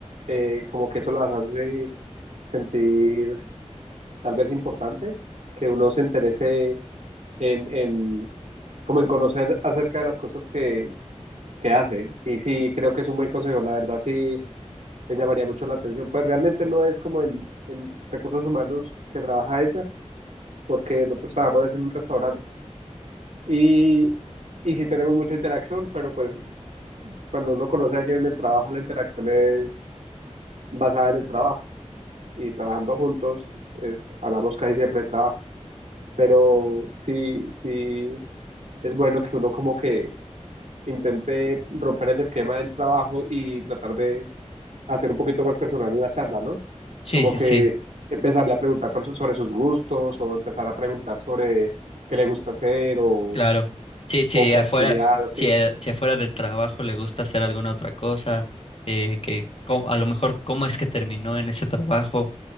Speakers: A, on the right; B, on the left.
A: eh, como que eso las hace sentir tal vez importante, que uno se interese en, en, como en conocer acerca de las cosas que, que hace. Y sí, creo que es un buen consejo, la verdad sí me llamaría mucho la atención. Pues realmente no es como en, en recursos humanos que trabaja ella, porque nosotros trabajamos en un restaurante y, y sí tenemos mucha interacción, pero pues cuando uno conoce a alguien en el trabajo, la interacción es basada en el trabajo y trabajando juntos, es, hablamos casi siempre de trabajo. pero sí, sí, es bueno que uno como que intente romper el esquema del trabajo y tratar de hacer un poquito más personal una charla, ¿no?
B: Sí,
A: Como
B: sí,
A: que
B: sí,
A: empezarle a preguntar por su- sobre sus gustos o empezar a preguntar sobre qué le gusta hacer o,
B: claro. Sí, sí,
A: o qué
B: afuera,
A: ha estudiado, sí,
B: si, a- si afuera del trabajo le gusta hacer alguna otra cosa, eh, que cómo- a lo mejor cómo es que terminó en ese trabajo,